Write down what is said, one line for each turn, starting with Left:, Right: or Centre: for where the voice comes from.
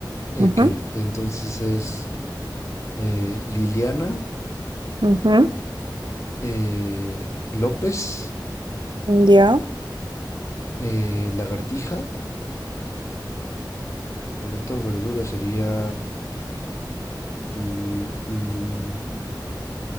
Left: Ok,
Right: Ujú,
Left: entonces es eh, Liliana
Right: ujú,
Left: eh, López.
Right: Ya.
Left: Eh, lagartija, fruta o verdura sería l- l-